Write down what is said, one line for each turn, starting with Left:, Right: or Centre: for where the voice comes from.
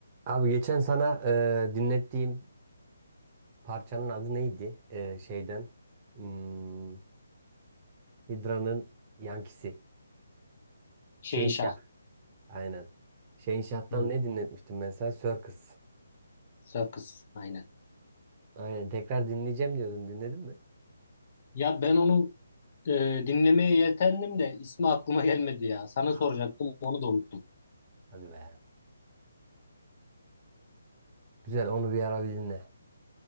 Right: Abi geçen sana e, dinlettiğim parçanın adı neydi? E, şeyden. Hmm, Hidra'nın Yankisi.
Left: Şehinşah.
Right: Şehinşah. Aynen. Şehinşah'tan
Left: Hı,
Right: ne dinletmiştim ben sana? Circus.
Left: Circus. Aynen.
Right: Aynen. Tekrar dinleyeceğim diyordun. Dinledin mi?
Left: Ya ben onu e, dinlemeye yeltendim de ismi aklıma gelmedi ya. Sana
Right: Aa,
Left: soracaktım onu da unuttum.
Right: hadi be. Güzel. Onu bir ara bir dinle.